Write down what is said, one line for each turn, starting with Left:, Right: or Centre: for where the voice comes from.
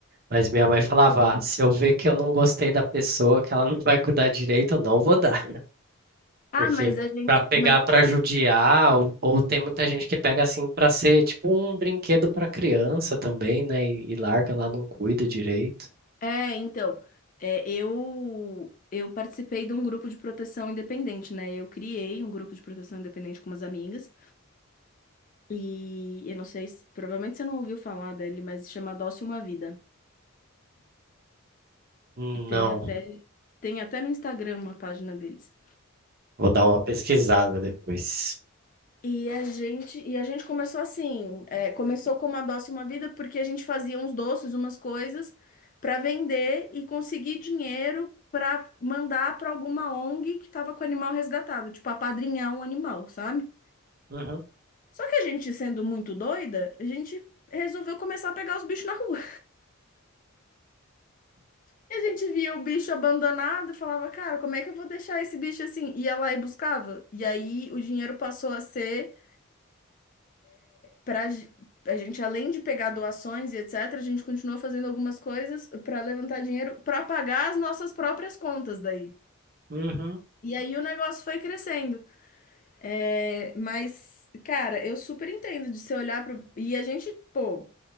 Right: mas minha mãe falava: "Ah, se eu ver que eu não gostei da pessoa, que ela não vai cuidar direito, eu não vou dar.
Left: Ah,
Right: Porque
Left: mas a gente.
Right: pra pegar
Left: Mas eu
Right: pra
Left: fazia.
Right: judiar, ou, ou tem muita gente que pega assim pra ser tipo um brinquedo pra criança também, né? E, e larga lá, não cuida direito.
Left: É, então, é, eu eu participei de um grupo de proteção independente, né? Eu criei um grupo de proteção independente com umas amigas e eu não sei se, provavelmente você não ouviu falar dele, mas se chama Adoce Uma Vida.
Right: Não,
Left: E tem até tem até no Instagram uma página deles.
Right: vou dar uma pesquisada depois.
Left: E a gente, e a gente começou assim, é, começou como a Doce Uma Vida, porque a gente fazia uns doces, umas coisas para vender e conseguir dinheiro para mandar para alguma ONG que estava com o animal resgatado, tipo apadrinhar um animal, sabe?
Right: Uhum,
Left: Só que a gente, sendo muito doida, a gente resolveu começar a pegar os bichos na rua. E a gente via o bicho abandonado e falava, cara, como é que eu vou deixar esse bicho assim? Ia lá e buscava. E aí o dinheiro passou a ser para a gente, além de pegar doações e etc., a gente continua fazendo algumas coisas para levantar dinheiro para pagar as nossas próprias contas daí.
Right: uhum.
Left: E aí o negócio foi crescendo. É, mas, cara, eu super entendo de você olhar pro. E a gente, pô,